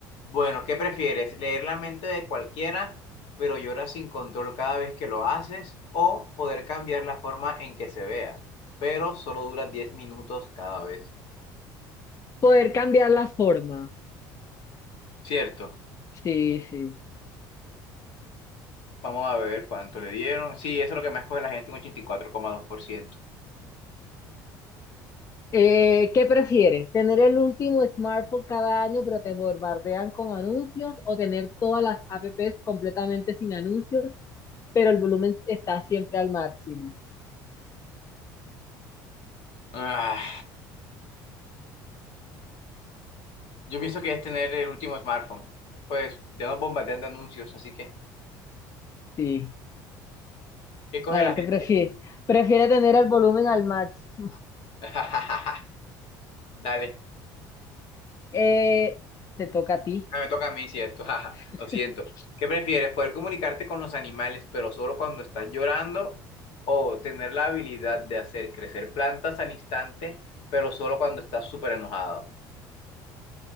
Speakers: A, on the left; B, on the left.
A: Bueno, ¿qué prefieres? ¿Leer la mente de cualquiera, pero llora sin control cada vez que lo haces? ¿O poder cambiar la forma en que se vea, pero solo dura 10 minutos cada vez?
B: Poder cambiar la forma.
A: Cierto.
B: Sí, sí.
A: Vamos a ver cuánto le dieron. Sí, eso es lo que más escoge la gente, un 84,2%.
B: Eh, ¿qué prefieres? ¿Tener el último smartphone cada año pero te bombardean con anuncios o tener todas las apps completamente sin anuncios pero el volumen está siempre al máximo?
A: Ah, yo pienso que es tener el último smartphone. Pues ya nos bombardean de anuncios, así que,
B: Sí,
A: ¿qué coge
B: la gente
A: la gente?
B: prefiere, prefiere tener el volumen al máximo. <laughs>
A: <laughs> Dale.
B: Eh, te toca a ti.
A: Ah, me toca a mí, ¿cierto? <laughs> Jaja,
B: <laughs>
A: Lo siento. ¿Qué prefieres? ¿Poder comunicarte con los animales, pero solo cuando estás llorando? ¿O tener la habilidad de hacer crecer plantas al instante, pero solo cuando estás súper enojado?